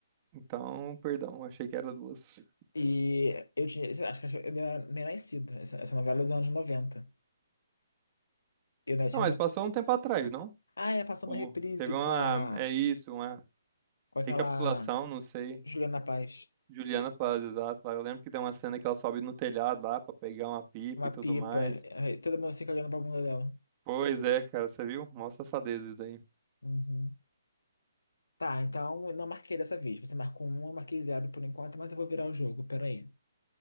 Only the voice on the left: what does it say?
E eu tinha, acho que acho que eu nem era- nem nascido. Essa, essa novela é dos anos 90. Eu nasci
na...
Ah, é, passou
uma reprise
com a...
com aquela
Juliana Paz.
Uma
pipa.
Aí Todo mundo fica olhando pra bunda dela.
Uhum. Tá, então eu não marquei dessa vez. Você marcou uma, eu marquei zero por enquanto, mas eu vou virar o jogo, peraí.